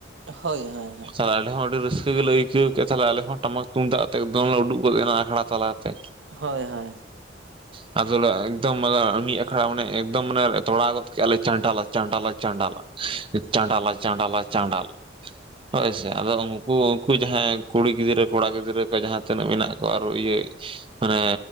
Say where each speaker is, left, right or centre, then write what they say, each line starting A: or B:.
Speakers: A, on the right; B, on the right.
A: ᱦᱳᱭ ᱦᱳᱭ ᱦᱳᱭ
B: ᱟᱨ ᱛᱟᱦᱚᱞᱮ ᱟᱞᱮᱚᱸ ᱟᱹᱰᱤ ᱨᱟᱹᱥᱠᱟᱹ ᱜᱮᱞᱮ ᱟᱹᱭᱠᱟᱹᱣ ᱠᱮᱫᱼᱟ ᱛᱟᱦᱞᱮ ᱟᱞᱮ ᱦᱚᱸ ᱴᱟᱢᱟᱠ ᱛᱩᱢᱫᱟᱜ ᱛᱮ ᱮᱠᱫᱚᱢ ᱞᱮ ᱩᱰᱠ ᱜᱚᱫ ᱮᱱᱟ ᱟᱠᱷᱲᱟ ᱛᱟᱞᱟᱛᱮ᱾
A: ᱦᱳᱭ ᱦᱳᱭ
B: ᱦ <inaudible> ᱟᱫᱚᱞᱮ ᱮᱠᱫᱚᱢ ᱢᱤᱫ ᱟᱠᱷᱲᱟ ᱢᱟᱱᱮ ᱮᱠᱫᱚᱢ ᱢᱟᱱᱮ ᱛᱚᱲᱟ ᱜᱚᱫ ᱠᱮᱫᱮᱜᱼᱟ ᱞᱮ ᱪᱟᱰᱟᱞ ᱪᱟᱰᱟᱞ ᱪᱟᱸᱰᱟᱞ ᱪᱟᱸᱰᱟᱞ ᱪᱟᱸᱰᱟᱞ ᱪᱟᱸᱰᱟᱞᱟ ᱦᱳᱭ ᱥᱮ ᱟᱫᱚ ᱩᱱᱠᱩᱼᱼ ᱡᱟᱦᱟᱸᱭ ᱠᱩᱲᱤ ᱜᱤᱫᱽᱨᱟᱹ ᱠᱚᱲᱟ ᱜᱤᱫᱽᱨᱟᱹ ᱠᱚ ᱡᱟᱦᱟᱸ ᱛᱤᱱᱟᱹᱜ ᱢᱮᱱᱟᱜ ᱠᱚᱣᱟ ᱟᱨᱚ ᱤᱭᱟᱹ ᱢᱟᱱᱮ